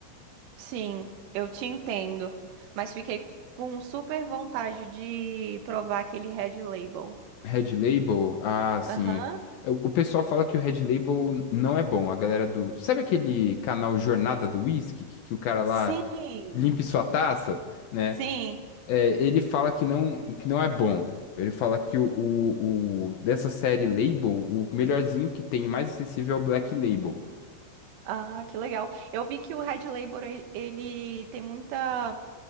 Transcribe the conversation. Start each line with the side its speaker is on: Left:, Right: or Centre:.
Right: Sim, eu te entendo. Mas fiquei com super vontade de provar aquele Red Label.
Left: Red Label? Ah, sim.
Right: Aham.
Left: O o pessoal fala que o Red Label não é bom. A galera do. Sabe aquele canal Jornada do Whisky? Que, que o cara lá
Right: Sim,
Left: limpe sua taça, né?
Right: sim.
Left: É, ele fala que não, que não é bom. Ele fala que o, o, o- dessa série Label, o melhorzinho que tem, mais acessível é o Black Label.
Right: Ah, que legal. Eu vi que o Red Label, ele, ele tem muita